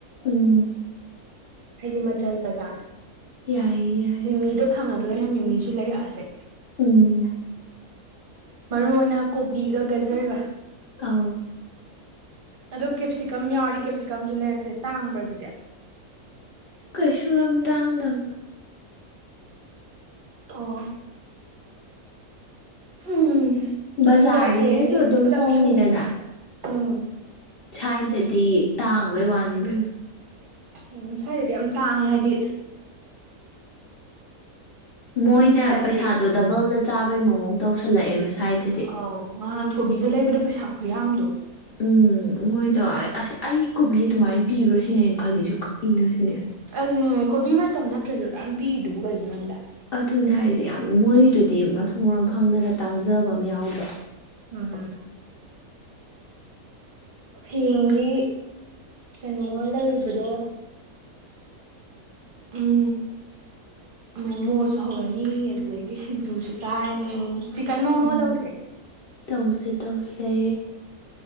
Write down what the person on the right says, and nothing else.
ꯍꯥꯏꯗꯤ ꯃꯆꯜ ꯀꯒ
ꯃꯤꯃꯤꯗꯣ ꯐꯪꯉꯒꯅ ꯃꯤꯃꯤꯁꯨ ꯂꯩꯔꯛꯑꯁꯦ
ꯃꯔꯨ ꯑꯣꯏꯅ ꯀꯣꯕꯤꯒ ꯒꯖꯔꯒ
ꯑꯗꯣ ꯀꯦꯞꯁꯤꯀꯝ ꯌꯥꯎꯔꯤ ꯀꯦꯞꯁꯤꯀꯝꯁꯨ ꯂꯩꯔꯛꯁꯦ ꯇꯥꯡꯕ꯭ꯔꯥ ꯑꯗꯨꯗꯤ
ꯑꯣ ꯎꯝ
ꯑꯗꯨꯒ ꯍꯌꯦꯡꯗꯤ
ꯄꯨꯂꯞ
ꯁꯨꯅꯀꯣ ꯎꯝ
ꯎꯝ ꯁ꯭ꯋꯥꯏꯗꯗꯤ ꯌꯥꯝ ꯇꯥꯡꯉꯦ ꯍꯥꯏꯗꯤ
ꯁ꯭ꯋꯥꯏꯗꯗꯤ
ꯑꯧ ꯅꯍꯥꯟ ꯀꯣꯕꯤꯒ ꯂꯩꯕꯗ ꯄꯩꯁꯥ ꯈꯨꯌꯥꯗꯣ
ꯑꯗꯨꯅꯦ ꯀꯣꯕꯤ ꯃꯇꯝ ꯅꯠꯇ꯭ꯔꯁꯨ ꯑꯗꯨꯝ ꯄꯤꯔꯤꯗꯨꯕꯨ ꯀꯩꯅꯣ ꯈꯪꯗꯦ
ꯎꯝ ꯍꯗꯤ ꯀꯩꯅꯣ ꯂꯧꯕꯗꯣ ꯎꯝ ꯃꯣꯃꯣꯁꯨ ꯍꯧꯔꯅꯤ ꯑꯗꯨꯗꯒꯤ ꯁꯤꯡꯖꯨꯁꯨ ꯆꯥꯏꯅꯤ ꯆꯤꯛꯀꯟ ꯃꯣꯃꯣ
ꯇꯧꯁꯦ